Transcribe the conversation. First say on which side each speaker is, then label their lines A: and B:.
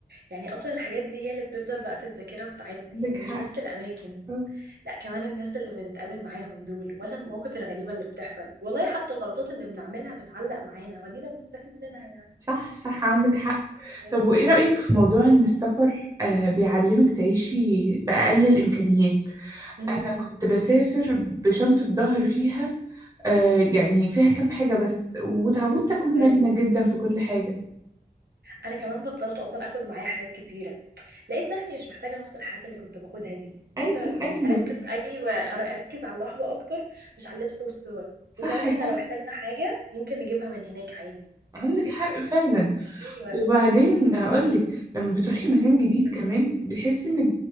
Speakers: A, on the right; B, on the right.
A: يعني اصلا الحاجات دي هي اللي بتفضل بقى في الذاكره بتاعتنا
B: عندك
A: يعني
B: حق
A: مش بس الاماكن
B: آه.
A: لا كمان الناس اللي بنتقابل معاهم دول ولا المواقف الغريبه اللي بتحصل والله حتى الغلطات اللي بنعملها بتعلق معانا ودينا بنستفيد منها يعني
B: صح صح عندك حق
A: ايوه
B: طب وإيه رأيك في موضوع إن السفر آه بيعلمك تعيشي بأقل الإمكانيات
A: امم
B: كنت بسافر بشنطة ظهر فيها آه يعني فيها كام حاجة بس وتعودت
A: بتهزري
B: أكون مرنة جدا في كل حاجة
A: انا كمان بطلت اصلا اخد معايا حاجات كتيره لقيت نفسي مش محتاجه نص الحاجات اللي كنت باخدها دي بقيت
B: أيوة
A: أ- يعني
B: أيوة
A: اركز ايوه أر- اركز على اللحظه اكتر مش على اللبس والصور
B: صح
A: وكمان احنا
B: صح
A: لو احتاجنا حاجه ممكن نجيبها من هناك عادي
B: عندك حق فعلا
A: ايوه
B: وبعدين هقولك لما بتروحي مكان جديد
A: قوليلي.
B: كمان بتحسي انك